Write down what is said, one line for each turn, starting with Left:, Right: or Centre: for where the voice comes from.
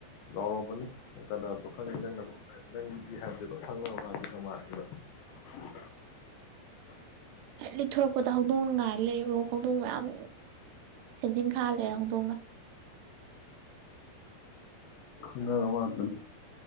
Left: ꯂꯥꯎꯔꯝꯃꯅꯤ ꯀꯗ꯭ꯔꯗꯣ ꯈꯪꯉꯦ ꯅꯪꯒꯨꯟ ꯅꯪ ꯂꯤꯛꯑꯦ ꯍꯥꯏꯕꯗꯨ <unintelligible>
Right: ꯂꯤꯠꯊꯣꯔꯛꯄꯗ ꯍꯧꯗꯣꯡꯅ ꯉꯥꯏ ꯂꯩꯔꯤꯕ ꯍꯧꯗꯣꯡ ꯃꯌꯥꯝ ꯐꯦꯟꯁꯤꯡ ꯈꯥ ꯂꯩꯔꯦ ꯍꯧꯗꯣꯡꯅ
Left: <inaudible> ꯈꯪꯅꯔꯕ ꯉꯥꯛꯇꯅꯦ